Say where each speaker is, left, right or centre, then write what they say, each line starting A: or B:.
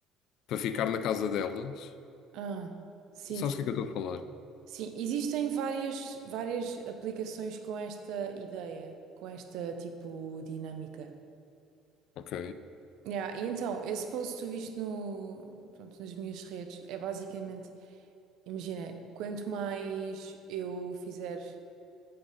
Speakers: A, on the left (about 60°); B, on the right (about 65°).
A: para ficar na casa delas.
B: Ah, sim,
A: Sabes
B: ti-
A: o que é que eu estou a falar?
B: sim, existem várias, várias aplicações com esta ideia, com esta tipo dinâmica.
A: Ok,
B: Yeah, e então, esse post que tu viste no, pronto, nas minhas redes é basicamente, imagina, quanto mais eu fizer